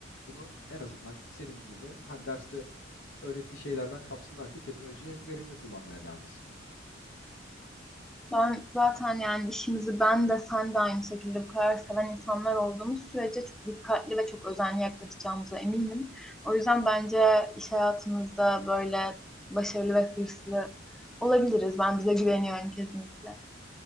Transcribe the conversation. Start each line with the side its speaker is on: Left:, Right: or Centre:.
Left: Bunu en azından senin gibi hani derste öğrettiği şeylerden kapsınlar ki teknolojiyi hep verimli kullanmaya devam etsinler.
Centre: Ben zaten yani işimizi ben de sen de aynı şekilde bu kadar seven insanlar olduğumuz sürece çok dikkatli ve çok özenli yaklaşacağımıza eminim. O yüzden bence iş hayatımızda böyle başarılı ve hırslı olabiliriz. Ben bize güveniyorum kesinlikle.